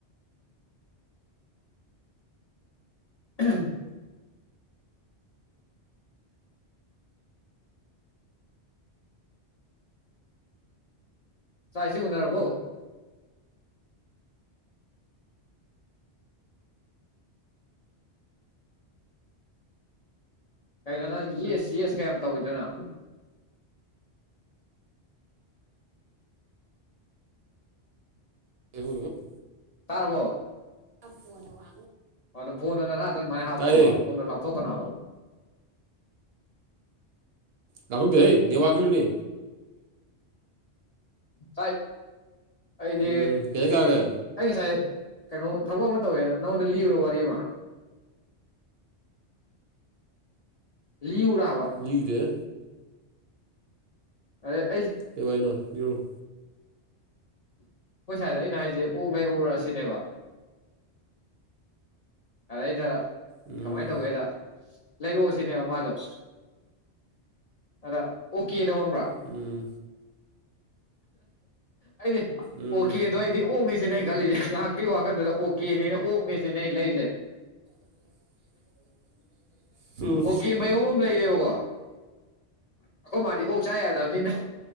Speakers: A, on the left; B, on the right.
A: ꯑꯝ ꯆꯥꯏꯁꯤ ꯎꯅꯔꯔꯕꯣ ꯀꯩꯅꯣ ꯅꯪ ꯌꯦꯁ ꯌꯦꯁ ꯀꯌꯥꯝ ꯇꯧꯋꯤꯗꯅ
B: ꯍꯉ <unintelligible>
A: ꯇꯥꯔꯕꯣ
B: ꯑ ꯐꯅ ꯋꯥ
A: ꯑꯗꯣ ꯐꯣꯟꯅ ꯅꯥꯅꯥ ꯃꯩ ꯍꯥꯞꯄꯣꯕ
B: ꯇꯥꯏꯌꯦ
A: ꯐꯣꯟ ꯂꯥꯞꯊꯣꯛꯀꯅꯣꯕ
B: ꯂꯥꯛꯍꯧꯗꯦꯍꯦ ꯅꯦꯠꯋꯥꯛ ꯅꯅꯦ
A: ꯁꯥꯏ ꯑꯩꯗꯤ
B: ꯎꯝ ꯀꯩ ꯏꯟꯖꯥꯡ ꯆꯥꯔꯒꯦ
A: ꯑꯩ ꯁꯥꯏ ꯀꯩꯅꯣ ꯊꯕꯛ ꯑꯃ ꯇꯧꯋꯦꯗ ꯅꯉꯣꯟꯗ ꯂꯤꯕ꯭ꯔꯣ ꯋꯥꯔꯤ ꯑꯃ ꯂꯤꯎꯔꯕ
B: ꯂꯤꯗꯦꯍꯦ
A: ꯑꯗꯦ
B: ꯀꯕꯥꯏꯅꯣ ꯌꯔꯣ <unintelligible>
A: ꯑꯩꯈꯣꯏ ꯁꯥꯏꯗ ꯑꯩꯅ ꯍꯥꯏꯁꯦ ꯑꯣꯛ ꯂꯩꯔꯛꯎꯔ ꯑꯁꯤꯅꯦꯕ ꯑꯗꯩꯗ
B: ꯎꯝ
A: ꯀꯃꯥꯏꯅ ꯇꯧꯒꯦꯗ ꯂꯩꯥꯏꯔꯑꯣꯁꯤꯅꯦ ꯃꯥꯖꯣ ꯑꯗ ꯑꯣ ꯀꯦꯗ ꯍꯣꯡꯕ꯭ꯔꯥ
B: ꯎꯝ
A: ꯑꯩꯗꯤ
B: ꯎꯝ
A: ꯑꯣꯀꯦꯗꯣ ꯑꯩꯗꯤ ꯑꯣꯛ <unintelligible> ꯁꯤ ꯅꯪ ꯈꯜꯂꯤꯁꯦ ꯉꯥꯏꯍꯥꯛꯀꯤ ꯋꯥꯈꯟꯗꯨꯗ ꯑꯣꯛꯀꯦꯅꯤꯅ ꯑꯣꯛꯅꯦꯁꯤ ꯅꯪ ꯂꯩꯁꯦ
B: <unintelligible> ꯎꯝ
A: ꯑꯣꯀꯦ ꯃꯌꯣꯝ ꯑꯃ ꯂꯩꯔꯦꯕꯀꯣ
B: ꯑ
A: ꯑꯩꯈꯣꯏ ꯃꯥꯗꯤ ꯑꯣꯛ ꯆꯥ ꯌꯥꯗꯕꯅꯤꯅ